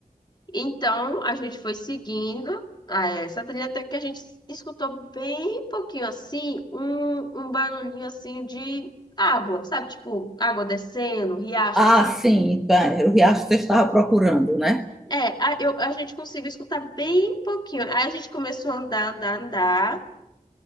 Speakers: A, on the left (about 30°); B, in the centre.
A: Então, a gente foi seguindo a essa trilha até que a gente escutou bem pouquinho assim, um, um barulhinho assim de água, sabe? Tipo, água descendo, riacho
B: Ah,
A: assim.
B: sim, tá, o riacho que você estava procurando, né?
A: É, a, eu, a gente conseguiu escutar bem pouquinho. Aí a gente começou a andar, andar, andar.